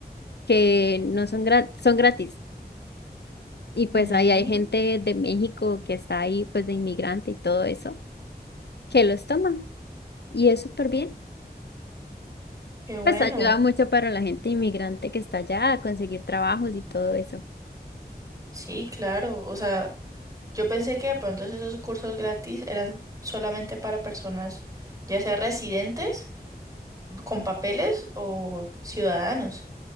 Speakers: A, on the left; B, on the right.
A: que no son gratis, son gratis. Y pues
B: Mm,
A: ahí hay gente de México que está ahí, pues de inmigrante y todo eso, que los toman. Y es súper bien.
B: Qué bueno.
A: Pues ayuda mucho para la gente inmigrante que está allá a conseguir trabajos y todo eso.
B: Sí, claro. O sea, Yo pensé que de pronto esos cursos gratis eran solamente para personas, ya sea residentes con papeles o ciudadanos.